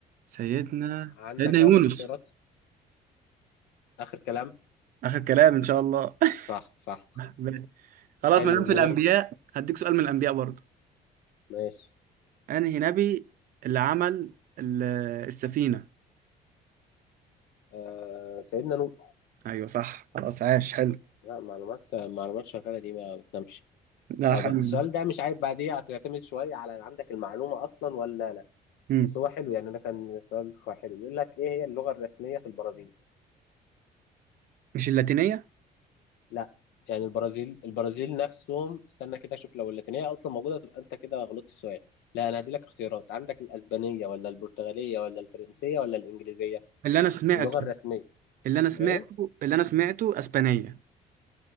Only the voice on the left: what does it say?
عندك
اقول لك اختيارات اخر كلام
صح صح
حلو
من
غير
ماشي
آه سيدنا نوح
لا معلومات معلومات شغاله دي ما بتنامش
طيب
السؤال ده مش عارف بعد ايه هتعتمد شويه على عندك المعلومه اصلا ولا لا
بس هو حلو يعني انا كان السؤال كويس حلو بيقول لك ايه هي اللغه الرسميه في البرازيل
لا يعني البرازيل البرازيل نفسهم استنى كده اشوف لو اللاتينيه اصلا موجوده تبقى انت كده غلطت السؤال لا انا هدي لك اختيارات عندك الاسبانيه ولا البرتغاليه ولا الفرنسيه ولا الانجليزيه
اللغه الرسميه
ايه